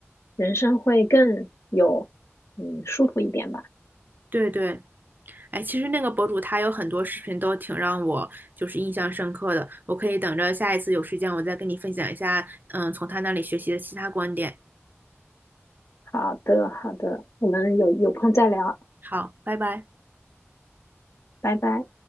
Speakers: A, on the left (about 80°); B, on the right (about 40°).
A: 人生会更有嗯舒服一点吧。
B: 对对。哎，其实那个博主他有很多视频都挺让我就是印象深刻的，我可以等着下一次有时间我再跟你分享一下，嗯，从他那里学习的其他观点。
A: 好的，好的，我们有有空再聊，
B: 好，拜拜。
A: 拜拜。